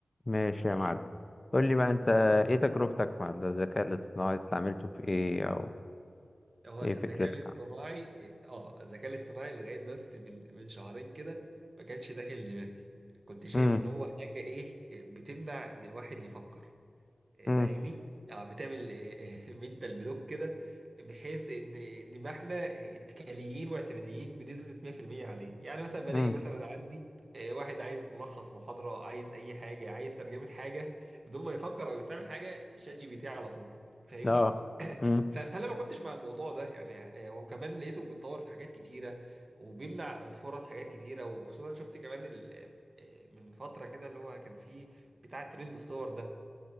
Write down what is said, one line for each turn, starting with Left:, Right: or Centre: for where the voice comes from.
Left: ماشي يا معلم قول لي بقى انت ايه تجربتك مع الذكاء الاصطناعي استعملته في ايه او
Right: هو
Left: ايه
Right: الذكاء
Left: فكرتك
Right: الاصطناعي
Left: عنه
Right: اه الذكاء الاصطناعي لغايه بس من من شهرين كده ما كانش داخل دماغي كنت شايف
Left: امم
Right: ان هو حاجه ايه بتمنع ان الواحد يفكر آه،
Left: امم
Right: فاهمني اه بتعمل منتال بلوك <laughs> كده بحيث ان ان ما احنا اتكاليين واعتماديين بنسبه 100% عليه يعني مثلا بلاقي
Left: امم
Right: مثلا عندي آه، واحد عايز ملخص محاضره عايز اي حاجه عايز ترجمه حاجه بدون ما يفكر او يستعمل حاجه شات جي بي تي على طول فاهمني
Left: اه امم
Right: فانا ما كنتش مع الموضوع ده يعني آه، وكمان لقيته بيتطور في حاجات كتيره وبيمنع فرص حاجات كتيره وخصوصا شفت كمان ال- آه، من فتره كده اللي هو كان فيه بتاع ترند الصور ده